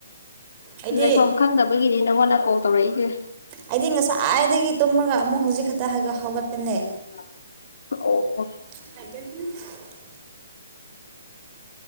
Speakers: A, on the right; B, on the left.
A: ꯑꯩꯗꯤ
B: ꯂꯩꯐꯝ ꯈꯪꯗꯕꯒꯤꯗꯤ ꯅꯪꯉꯣꯟꯗ ꯀꯣꯜ ꯇꯧꯔꯛꯏꯒꯦ
A: ꯑꯩꯗꯤ ꯉꯁꯥꯏꯗꯒꯤ ꯇꯨꯝꯃꯒ ꯑꯃꯨꯛ ꯍꯧꯖꯤꯛ ꯈꯛꯇ ꯍꯥꯏ ꯍꯧꯒꯠꯄꯅꯦ
B: ꯑꯣ
A: ꯍꯥꯏ